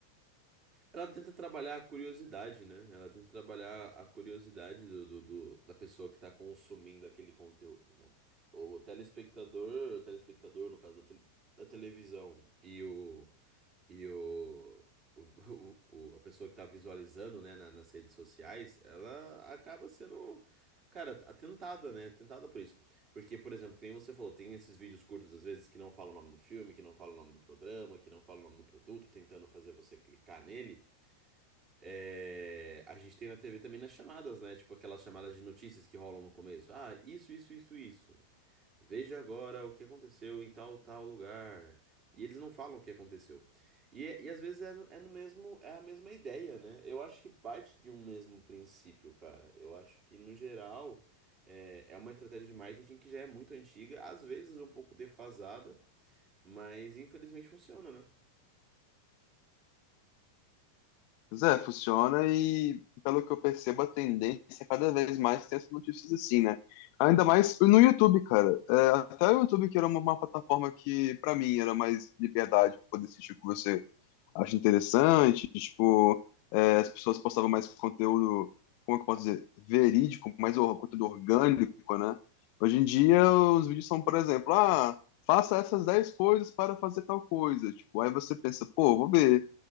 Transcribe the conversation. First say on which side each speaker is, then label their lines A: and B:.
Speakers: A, on the right; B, on the left.
A: Ela tenta trabalhar a curiosidade, né? Ela tenta trabalhar a curiosidade do, do- do- da pessoa que está consumindo aquele conteúdo, né? O telespectador, o telespectador, no caso da, tele- da televisão, e o, e o, o- <laughs> o- o- a pessoa que está visualizando, né, na- nas redes sociais, ela acaba sendo, cara, atentada, né? Tentada por isso. Porque, por exemplo, que nem você falou, tem esses vídeos curtos, às vezes, que não falam o nome do filme, que não falam o nome do programa, que não falam o nome do produto, tentando fazer você clicar nele. É, a gente tem na TV também nas chamadas, né? Tipo aquelas chamadas de notícias que rolam no começo. Ah, isso, isso, isso, isso. Veja agora o que aconteceu em tal, tal lugar. E eles não falam o que aconteceu. E, é- e às vezes é, no- é no mesmo, é a mesma ideia, né? Eu acho que parte de um mesmo princípio, cara. Eu acho que, no geral, é, é uma estratégia de marketing que já é muito antiga, às vezes um pouco defasada, mas infelizmente funciona, né?
B: Zé, funciona e, pelo que eu percebo, a tendência é cada vez mais ter essas notícias assim, né? Ainda mais no YouTube, cara. É, até o YouTube, que era uma, uma plataforma que, para mim, era mais liberdade pra poder assistir o que você acho interessante, tipo, é, as pessoas postavam mais conteúdo, como é que eu posso dizer, verídico, mais or- conteúdo orgânico, né? Hoje em dia,
A: Sim,
B: os vídeos são, por exemplo, ah, faça essas 10 coisas para fazer tal coisa, tipo, aí você pensa, pô, vou ver,